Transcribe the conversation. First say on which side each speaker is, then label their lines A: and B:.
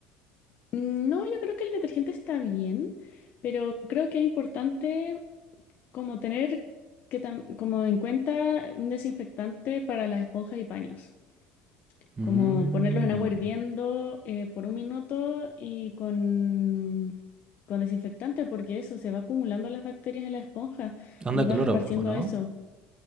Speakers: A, on the left; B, on the right.
A: no, yo creo que el detergente está bien, pero creo que es importante como tener que tam- como en cuenta un desinfectante para las esponjas y paños.
B: Mm.
A: Como ponerlos en agua hirviendo eh, por un minuto y con, con desinfectante, porque eso se va acumulando las bacterias en la esponja
B: Onda
A: y vas
B: cloro,
A: esparciendo
B: ¿o no?
A: eso.